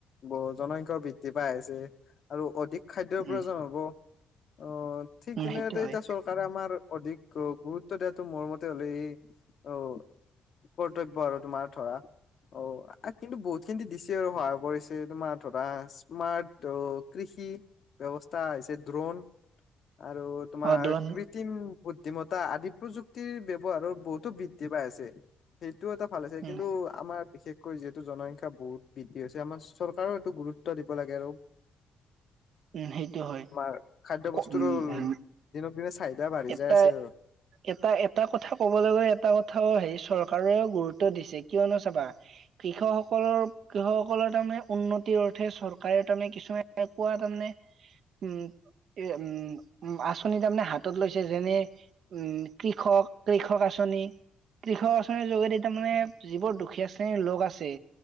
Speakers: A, on the left; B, on the right.
A: ব জনসংখ্যাও বৃদ্ধি পাই আহিছে। আৰু অধিক খাদ্যৰ প্ৰয়োজন
B: উম
A: হ'ব অ ঠিক
B: উম
A: তেনেতে
B: সেইটো হয়
A: এতিয়া চৰকাৰ। তাৰে আমাৰ অধিক গুৰুত্ব দিয়াটো মোৰ মতে হ'লে ই অ কৰ্তব্য আৰু তোমাৰ ধৰা অ', কিন্তু বহুত খিনি দিছে আৰু সহায় কৰিছে তোমাৰ ধৰা স্মাৰ্ট অ কৃষি ব্যৱস্থা হৈছে ড্ৰণ আৰু তোমাৰ
B: অ দোৰণ
A: কৃত্ৰিম বুদ্ধিমত্তা আদি প্ৰযুক্তিৰ ব ব্যৱহাৰৰ বহুতো বি বৃদ্ধি পাই আছে সেইটোও এটা ভাল আছে।
B: উম
A: কিন্তু আমাৰ বিশেষকৈ যিহেতু বহুত বৃদ্ধি হৈছে আমাৰ চৰকাৰও এইটো গুৰুত্ব দিব লাগে আৰু
B: উম সেইটো হয়
A: মাৰ খাদ্যৰ বস্তুটো
B: উম উম
A: দিনক দিনে চাহিদা বাঢ়ি
B: এটা
A: যায় আছে আৰু
B: এটা এটা কথা কবলৈ গলে এটা কথাও হেৰি চৰকাৰেও গুৰুত্ব দিছে কিয়নো চাবা কৃষক সকলৰ কৃষকসকলৰ তাৰমানে উন্নতিৰ অৰ্থে চৰকাৰে তাৰমানে কিছুমান এনেকুৱা তাৰমানে উম, এ উম, উম আচনি যাম নে হাত লৈছে যেনে- উম কৃষক, কৃষক আঁচনি কৃষক আঁচনিৰ যোগেদি তাৰমানানে, যিবোৰ দুখীয়া শ্ৰেণীৰ লগ আছে।